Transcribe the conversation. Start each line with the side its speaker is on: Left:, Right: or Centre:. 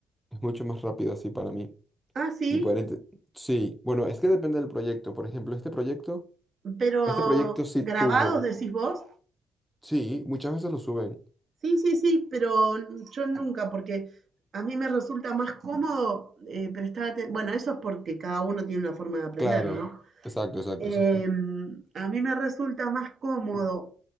Centre: Es mucho más rápido así para mí.
Right: Ah, sí,
Centre: Y poder... ente- Sí, bueno, es que depende del proyecto. Por ejemplo, este proyecto,
Right: pero
Centre: este proyecto sí
Right: grabados
Centre: tuvo.
Right: decís vos.
Centre: Sí, muchas veces lo suben.
Right: Sí, sí, sí, pero yo nunca, porque a mí me resulta más cómodo eh, prestar atención. Bueno, eso es porque cada uno tiene una forma de aprender,
Centre: Claro.
Right: ¿no?
Centre: Exacto, exacto,
Right: Em,
Centre: exacto.
Right: a mí me resulta más cómodo